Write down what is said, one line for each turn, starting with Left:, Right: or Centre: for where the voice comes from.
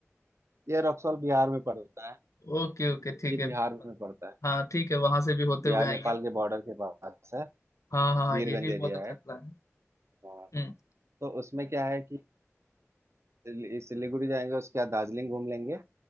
Right: ये रक्सौल बिहार में पड़ता है
Left: ओके ओके ठीक
Right: ये
Left: है
Right: बिहार में पड़ता है
Left: हाँ ठीक है वहां से भी होते
Right: बिहार
Left: हुए आएंगे
Right: नेपाल के बॉर्डर के पास है
Left: हाँ हाँ हाँ,
Right: बीरगंज
Left: ये भी बहुत
Right: एरिया
Left: अच्छा
Right: है
Left: प्लान है
Right: हाँ।
Left: हम्म
Right: तो उसमें क्या है सिली- सिलीगुड़ी जाएंगे उसके बाद दार्जिलिंग घूम लेंगे